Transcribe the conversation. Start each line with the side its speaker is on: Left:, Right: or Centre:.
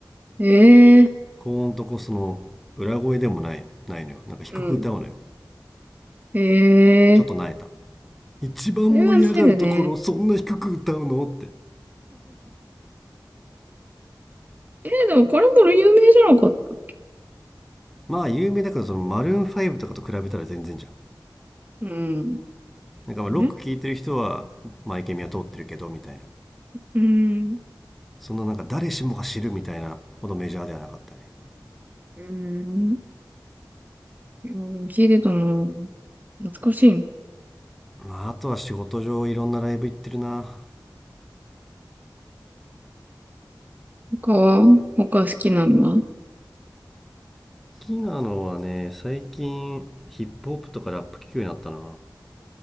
Right: ええー、
Centre: 高音とこその裏声でもないないのよなんか低く歌うのよ
Right: うん。ええー。
Centre: ちょっとなえた一番盛り上がるところをそんな低く歌うのって
Right: それは知るね。<laughs> えー、でもこれも有名じゃなかったっけ
Centre: まあ有名だからそのマルーン5とかと比べたら全然じゃん
Right: うん。
Centre: なんかまあロック聴いてる人はマイケミは通ってるけどみたいな
Right: ねうん。
Centre: そんななんか誰しもが知るみたいなほどメジャーではなかったね
Right: うん。もう聞いてたな。懐かしいの
Centre: まああとは仕事上いろんなライブ行ってるな
Right: 他は他好きなのはう
Centre: 好きなのはね最近ヒップホップとかラップ聴くようになったな